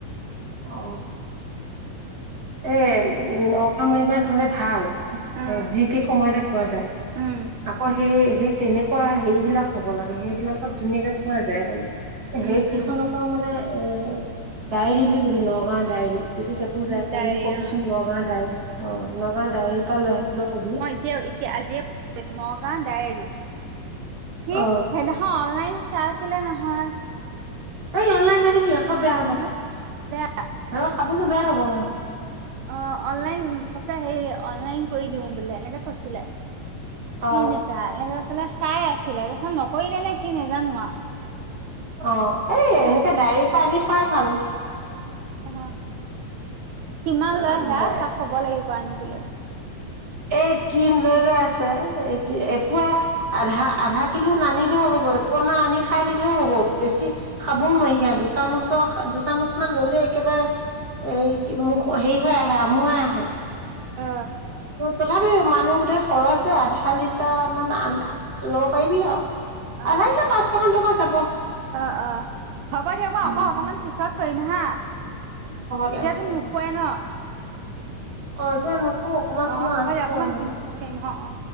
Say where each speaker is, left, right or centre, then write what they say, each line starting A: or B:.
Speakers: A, on the right; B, on the right.
A: অ এ নগা মৰিগা খালে ভাল
B: অ',
A: এ যিতি সময়তে পোৱা যায়
B: উম,
A: আকৌ সেই সেই তেনে কোৱা সেইবিলাক হ'ব লাগে সেইবিলাকত ধুনীয়াকে পোৱা যায় মানে
B: উম,
A: সেই কেইখনত
B: উম,
A: মানে এ ডায়েৰী বুলি কবি নগাঁওৰ ডায়েৰী যদি চব তো
B: উম,
A: যাকওঁ
B: ডায়েৰী
A: কবিচোন
B: অ'।
A: নগাঁও ডায়েৰী অ নগাঁওৰ ডায়েৰী পৰা লৈ আহিবলে কবি
B: এতিয়াও এতিয়া আজিয় নগাঁও ডায়েৰী সি
A: অ
B: সেনা অ অনলাইন চাইছিলে নহয়
A: এই অনলাইন নানিবি এষ বেয়া হব
B: হে বেয়া
A: হ চাবলৈ বেয়া হব মোৰ
B: অ অনলাইন কৈছে হে অনলাইন কৰি দিওঁ বো এনেকে কৈছিলে ক্ৰীম
A: অ
B: এটা এ গৈ পেলাই চাই আছিলে তাৰপিছত নকৰিলে নে কি নেজানো আৱ
A: অ এই এনেকে
B: চাগে
A: ডায়ৰী পৰা আনি থোৱাই ভাল
B: অ কিমান
A: অ,
B: লয় সেয়া
A: ডায়ে
B: তাক কব লাগিব আনিবলৈ
A: এ ক্ৰীম লৈ লৈ আছে এ
B: উম
A: এপোৱা আধা আধা কিলো নানিলোঁ হ'ব এপোৱা মান আনি খাই থাকিলেও হ'ব বেছি খাবও নোৱাৰি সেয়া দুচামুচৰ দুচামুচ মান ললে একেবাৰে এই কি বু হেৰি হৈ আহে আমোৱাই আহে।
B: অ
A: তথাপিও মানুহ গোটেই খৰচ যে আধা লিটাৰ মান আ লব পাৰিবি আৱ
B: অ অ
A: আধা লিটা পাঁচশমান টকা যাব
B: অ অ হ'ব দিয়ক মই
A: উম
B: আকৌ অকমান পিছত কৰিম হা,
A: দে
B: এতিয়াতো
A: হ'ব দে
B: নোশুৱাই ন?
A: অ এতিয়া নুশু অকমান
B: অ
A: সময়
B: হ'ব
A: আছো
B: দিয়ক
A: বাৰু
B: অকমান
A: মই
B: পিছত কৰিম অ অ